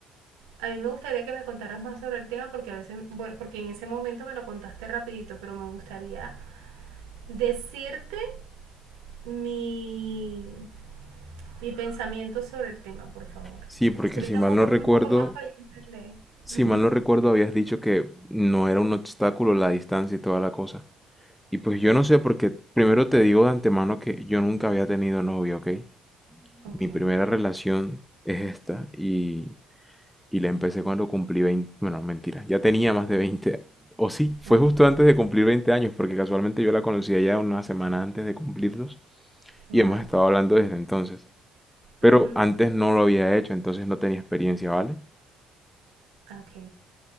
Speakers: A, on the right; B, in the centre.
A: A mí me gustaría que me contaras más sobre el tema porque a veces, bueno, porque en ese momento me lo contaste rapidito, pero me gustaría decirte mi, mi pensamiento sobre el tema, por favor.
B: Sí, porque
A: Explícame
B: si mal
A: un,
B: no
A: co-
B: recuerdo,
A: un poco más para yo entender.
B: si
A: Ujú.
B: mal no recuerdo habías dicho que no era un obstáculo la distancia y toda la cosa. Y pues yo no sé porque primero te digo de antemano que yo nunca había tenido novio, ¿ok?
A: Ok,
B: Mi primera relación es esta y, y la empecé cuando cumplí veinte bueno, mentira, ya tenía más de veinte o sí, fue
A: ok.
B: justo antes de cumplir 20 años porque casualmente yo la conocía ya una semana antes de cumplirlos
A: Wow.
B: y hemos estado hablando desde entonces. pero
A: Ujú,
B: antes no lo había hecho, entonces no tenía experiencia, ¿vale?
A: Ok.